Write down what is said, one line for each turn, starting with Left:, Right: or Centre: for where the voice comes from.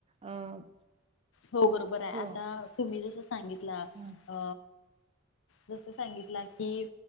Right: अ हो....
Left: हो बरोबर आहे
Right: हो
Left: आता तुम्ही जसं सांगितला
Right: हम्म
Left: अ.... जस सांगितला की